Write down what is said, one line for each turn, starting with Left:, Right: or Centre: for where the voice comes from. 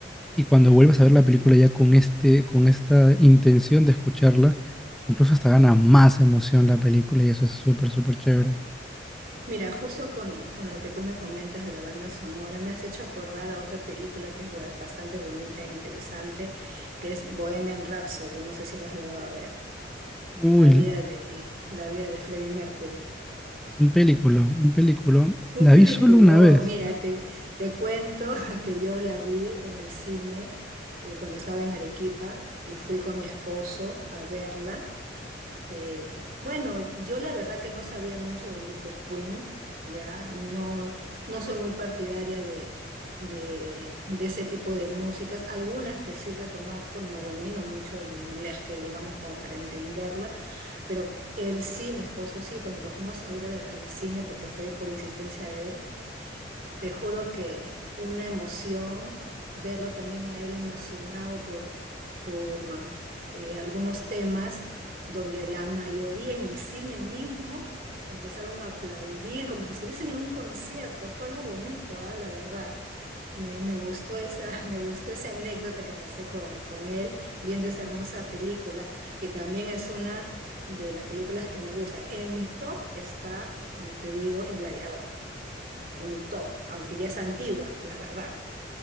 Centre: y cuando vuelves a ver la película ya con este, con esta intención de escucharla, incluso hasta gana más emoción la película y eso es súper, súper chévere.
Right: Mira, justo con, con lo que tú me comentas de la banda sonora, me has hecho acordar a otra película que es ba- bastante bonita e interesante, que es Bohemian Rhapsody, no sé si la has llegado a ver, Eh,
Centre: Uy,
Right: la vida de, la vida de Freddie Mercury.
Centre: es un película, un película.
Right: Un
Centre: La
Right: peliculón,
Centre: vi solo una vez.
Right: mira, te, te cuento <laughs> que yo la vi en el cine eh, cuando estaba en Arequipa y fui con mi esposo a verla. Eh, bueno, yo la verdad que no sabía mucho del grupo Queen, ya no, no soy muy partidaria de, de, de ese tipo de músicas, algunas que sí reconozco, no domino mucho el inglés, que digamos como para entenderla, pero él sí, mi esposo sí, cuando lo fuimos a ver al, al cine, porque fue por insistencia de él, te juro que una emoción, verlo también a él emocionado por, por eh, algunos temas donde la mayoría en el cine mismo empezaron a aplaudir como si estuviesen en un concierto. Fue algo bonito, ah, La verdad. Me, me gustó esa, <laughs> me gustó esa anécdota que pasé con, con él viendo esa hermosa película, que también es una de las películas que me gustan. En mi top está, como te digo, El Gladiador en mi top, aunque ya es antigua, la verdad.